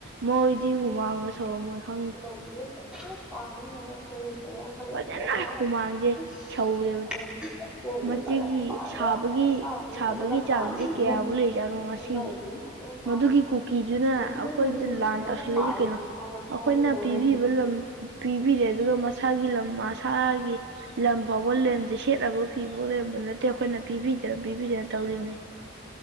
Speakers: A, on the right; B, in the centre.
A: ꯃꯣꯏꯗꯤ ꯍꯨꯃꯥꯡ ꯁꯧꯔꯝꯃꯣꯏ ꯈꯪ
B: <unintelligible>
A: ꯐꯖꯅ ꯍꯨꯃꯥꯡꯁꯦ
B: <unintelligible>
A: ꯁꯧꯔꯦꯕ ꯃꯁꯤꯒꯤ ꯁꯥꯕꯒꯤ
B: <unintelligible>
A: ꯁꯥꯕꯒꯤ ꯆꯥꯡꯁꯦ ꯀꯌꯥꯕꯨ ꯂꯩꯖꯥꯠꯅꯣ ꯉꯁꯤꯒꯤ
B: <unintelligible>
A: ꯃꯗꯨꯒꯤ ꯀꯨꯀꯤꯗꯨꯅ ꯑꯩꯈꯣꯏꯗ ꯂꯥꯟ ꯇꯧꯁꯜꯂꯛꯏ ꯀꯩꯅꯣ
B: <unintelligible>
A: ꯑꯩꯈꯣꯏꯅ ꯄꯤꯕꯤꯕ ꯄꯤꯕꯤꯔꯦ ꯑꯗꯨꯒ ꯃꯁꯥꯒꯤ ꯂꯝ ꯃꯁꯥꯒꯤ ꯂꯝ ꯐꯥꯎꯕ ꯂꯦꯝꯗꯦ ꯁꯦꯠꯅꯕ ꯐꯤꯕꯥꯎ ꯂꯩꯔꯝꯕ ꯅꯠꯇꯦ ꯑꯩꯈꯣꯏꯅ ꯄꯤꯕꯤꯗꯅ ꯄꯤꯕꯤꯗꯅ ꯇꯧꯔꯤꯕꯅꯤ